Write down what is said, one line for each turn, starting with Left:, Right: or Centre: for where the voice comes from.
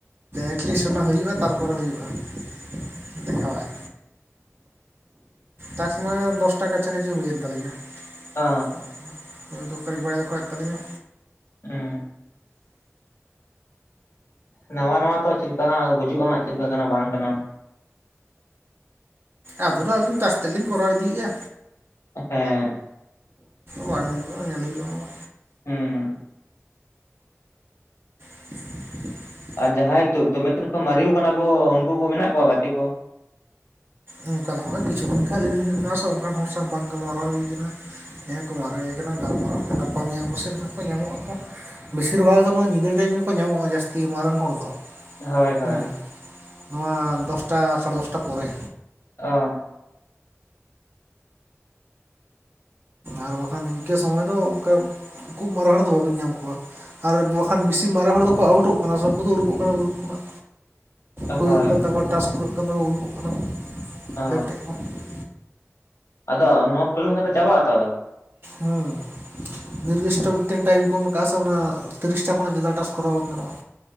Right: ᱮᱴᱞᱤᱥᱴ ᱚᱱᱟ ᱦᱩᱭᱩᱜᱼᱟ, ᱛᱟᱨᱯᱚᱨᱮ ᱦᱩᱭᱩᱜᱼᱟ ᱫᱮᱠᱷᱟᱣᱟᱭ᱾ ᱴᱟᱥᱠ ᱢᱟ ᱫᱚᱥᱴᱟ ᱠᱟᱪᱷᱟ ᱠᱟᱪᱷᱤ ᱦᱩᱭᱮᱱ ᱛᱟᱹᱞᱤᱧᱟ᱾
Left: ᱚ
Right: <unintelligible> ᱛᱟᱹᱞᱤᱧᱟ
Left: ᱚᱸ ᱱᱟᱣᱟ ᱱᱟᱣᱟ ᱛᱚ ᱪᱮᱫ ᱞᱮᱠᱟ ᱦᱟᱸᱜ ᱵᱩᱡᱩᱜᱼᱟ ᱦᱟᱸᱜ ᱪᱮᱫ ᱞᱮᱠᱟ ᱠᱟᱱᱟ ᱵᱟᱝ ᱠᱟᱱᱟ᱾
Right: ᱟᱫᱷᱚᱨᱟᱹ ᱟᱹᱞᱤᱧ ᱴᱟᱥᱠ ᱛᱮᱫᱞᱤᱧ ᱠᱚᱨᱟᱣ ᱤᱫᱤᱭᱮᱜᱼᱟ᱾
Left: ᱮ ᱦᱮᱸ
Right: ᱵᱟᱝ ᱦᱩᱭᱩᱜᱼᱟ ᱧᱮᱞ ᱦᱩᱭᱩᱜᱼᱟ ᱚᱱᱟ ᱫᱚ᱾
Left: ᱦᱩᱸ
Right: <inaudible>
Left: ᱟᱨ ᱡᱟᱦᱟᱸᱭ ᱫᱚᱢᱮ ᱫᱤᱱ ᱠᱚ ᱢᱟᱨᱤᱣ ᱠᱟᱱᱟ ᱠᱚ ᱩᱱᱠᱩ ᱠᱚ ᱢᱮᱱᱟᱜ ᱠᱚᱣᱟ ᱜᱟᱛᱮ ᱠᱚ?
Right: ᱚᱝᱠᱟ ᱫᱚ ᱦᱚᱸᱜᱼᱚᱭ ᱠᱤᱪᱷᱩ ᱫᱤᱱ ᱜᱟᱱ ᱟᱹᱞᱤᱧ ᱦᱩᱭᱩᱜ ᱠᱟᱱᱟ ᱥᱮ ᱚᱱᱠᱟᱱ ᱦᱚᱲ ᱥᱟᱶ ᱵᱟᱝ ᱜᱟᱞᱢᱟᱨᱟᱣ ᱦᱩᱭ ᱠᱟᱱᱟ᱾ ᱡᱟᱦᱟᱸᱭ ᱠᱚ ᱢᱟᱨᱮᱭ ᱠᱟᱱᱟ ᱜᱟᱞᱢᱟᱨᱟᱣ ᱜᱟᱯᱟ ᱢᱮᱭᱟᱝ ᱠᱚ ᱥᱮᱱ ᱦᱟᱸᱜ ᱠᱚ ᱧᱟᱢᱚᱜᱼᱟ ᱠᱚ᱾ ᱵᱮᱥᱤᱨ ᱵᱷᱟᱜᱽ ᱫᱚ ᱱᱚᱣᱟ ᱧᱤᱫᱟᱹ ᱴᱟᱭᱤᱢ ᱜᱮᱠᱚ ᱧᱟᱢᱚᱜᱼᱟ ᱡᱟᱹᱥᱛᱤ ᱱᱚᱣᱟᱨᱮᱱ ᱦᱚᱲ ᱫᱚ᱾
Left: ᱦᱳᱭ ᱦᱳᱭ
Right: ᱦᱮᱸ ᱱᱚᱣᱟ ᱫᱚᱥᱴᱟ ᱥᱟᱲᱮ ᱫᱚᱥᱴᱟ ᱯᱚᱨᱮ᱾
Left: ᱚ
Right: ᱟᱨ ᱵᱟᱠᱷᱟᱱ ᱤᱝᱠᱟᱹ ᱥᱚᱢᱚᱭ ᱫᱚ ᱚᱝᱠᱟ ᱠᱷᱩᱵ ᱢᱟᱨᱮ ᱦᱚᱲ ᱫᱚ ᱵᱟᱹᱵᱤᱱ ᱧᱟᱢ ᱠᱚᱣᱟ᱾ ᱟᱨ ᱵᱟᱠᱷᱟᱱ ᱵᱮᱥᱤ ᱢᱟᱨᱮ ᱦᱚᱲ ᱫᱚᱠᱚ ᱟᱣᱩᱴᱚᱜ ᱠᱟᱱᱟ ᱥᱮ ᱩᱝᱠᱩ ᱫᱚ ᱩᱰᱩᱠᱚᱜ ᱠᱟᱱᱟ ᱜᱨᱩᱯ ᱠᱷᱚᱱᱟᱜ᱾ ᱦᱩᱭᱩᱜ
Left: ᱦᱳᱭ
Right: ᱠᱟᱱ ᱛᱟᱠᱚᱣᱟ ᱴᱟᱥᱠ ᱯᱩᱨᱟᱹᱜ ᱠᱟᱱ ᱛᱟᱠᱚᱣᱟ ᱩᱩᱲᱩᱜᱚᱜ ᱠᱟᱱᱟ, <unintelligible>
Left: ᱚ ᱟᱫᱚ ᱱᱚᱣᱟ ᱯᱩᱨᱟᱹᱣ ᱞᱮᱱ ᱠᱷᱟᱱ ᱫᱚ ᱪᱟᱵᱟᱜᱼᱟ ᱛᱚ ᱟᱫᱚ?
Right: ᱦᱩᱸ ᱱᱤᱨᱫᱤᱥᱴᱚ ᱢᱤᱫᱴᱮᱱ ᱴᱟᱭᱤᱢ ᱠᱚ ᱮᱢ ᱠᱟᱜᱼᱟ ᱥᱮ ᱚᱱᱟ ᱛᱤᱨᱤᱥᱴᱟ ᱠᱷᱚᱱᱟᱜ ᱡᱟᱫᱟ ᱴᱟᱥ ᱠᱚᱨᱟᱣ ᱵᱟᱝ ᱜᱟᱱᱚᱜᱼᱟ᱾